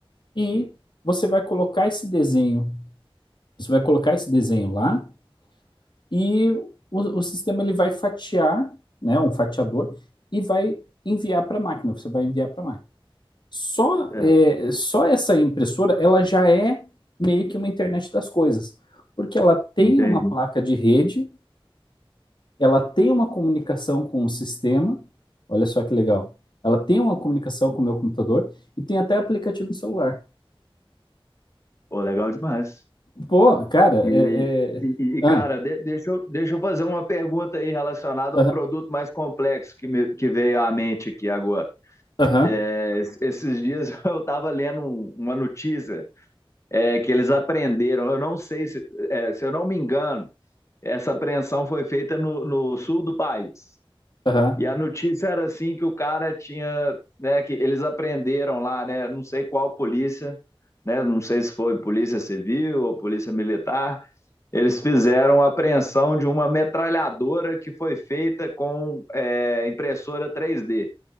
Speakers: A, on the left (about 55°); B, on the left (about 30°).
A: E você vai colocar esse desenho, você vai colocar esse desenho lá e o, o sistema ele vai fatiar, né, um fatiador e vai enviar para a máquina. Você vai enviar para a máquina. Só,
B: É,
A: é, só essa impressora, ela já é meio que uma internet das coisas, porque ela tem
B: entendi.
A: uma placa de rede, ela tem uma comunicação com o sistema. Olha só que legal. Ela tem uma comunicação com o meu computador e tem até aplicativo no celular.
B: Pô, legal demais.
A: Pô, cara,
B: E,
A: é, é...
B: e, e,
A: Ah.
B: cara, de- deixa eu, deixa eu fazer uma pergunta aí relacionada
A: Aham,
B: a um produto mais complexo que, me, que veio à mente aqui agora.
A: aham,
B: É, es- esses dias <laughs> eu estava lendo um- uma notícia é, que eles aprenderam, eu não sei se, é, se eu não me engano, Essa apreensão foi feita no, no sul do país.
A: aham,
B: E a notícia era assim que o cara tinha, né, que eles apreenderam lá, né, não sei qual polícia, né, não sei se foi polícia civil ou polícia militar, eles fizeram a apreensão de uma metralhadora que foi feita com é, impressora três d